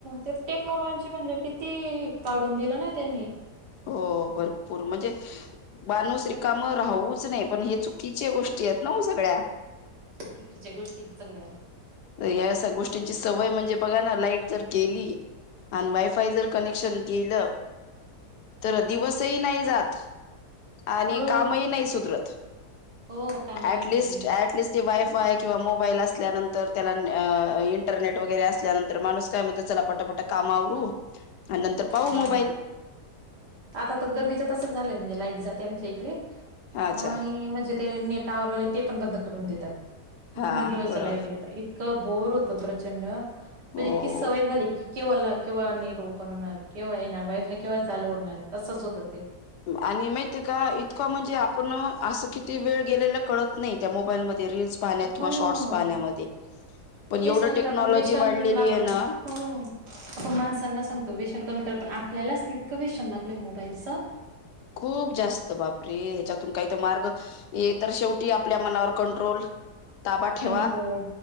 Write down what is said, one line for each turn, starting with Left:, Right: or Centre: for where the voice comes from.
Right: ते टेक्नॉलॉजी म्हणजे किती काढून दिलं ना त्यांनी
Left: हो भरपूर म्हणजे माणूस रीकाम राहवूच नाही पण हे चुकीच्या गोष्टी आहेत ना सगळ्या
Right: चुकीच्या गोष्टी सगळ्या
Left: या गोष्टींची सवय म्हणजे बघा ना लाईट जर गेली आणि वायफाय जर कनेक्शन गेलं तर दिवसही नाही जात आणि
Right: हो
Left: कामही नाही सुधरत
Right: हो काम येत
Left: ऍटलिस्ट,
Right: नाही
Left: ऍटलिस्ट ते वायफाय किंवा मोबाईल असल्यानंतर तर त्याला इंटरनेट वगैरे असल्यानंतर माणूस काय म्हणतोय त्याला पटापटा कामं आवरू आणि नंतर पाहू
Right: हा
Left: मोबाईल
Right: आता तर गरमीच तसंच झालंय म्हणजे लाईट जाते आमच्या इकडे
Left: अच्छा
Right: आणि म्हणजे ते नेट टॉवरवाले ते पण बंद करून देतात.
Left: हा
Right: पुन्हा दिवसभर
Left: बरोबर
Right: लाईट गेले तरीही ईतकं बोर होत प्रचंड म्हणजे
Left: हो
Right: इतकी सवय झाली की केव्हा ला केव्हा नेट ओपन होणार केव्हा येणार वायफाय केव्हा चालू होणार असंच होत
Left: आणि माहितय का इतकं म्हणजे आपण असं किती वेळ गेलेलं कळत नाही त्या मोबाईलमध्ये रिल्स पाहण्यात किंवा
Right: हो
Left: शॉर्टस पाहण्यामध्ये पण
Right: तेच
Left: एवढं
Right: म्हणजे
Left: टेक्नॉलॉजी
Right: का आपण व्यसन
Left: वाढलेली
Right: आपण
Left: आहे ना
Right: आपण माणसांना सांगतो व्यसन कमी करा पण आपल्यालाच तितकं व्यसन लागलय मोबाईलचं
Left: खूप जास्त बाप रे ह्याच्यातून काही तर मार्ग ये तर शेवटी आपल्या मनावर कंट्रोल, ताबा
Right: कंट्रोल
Left: ठेवा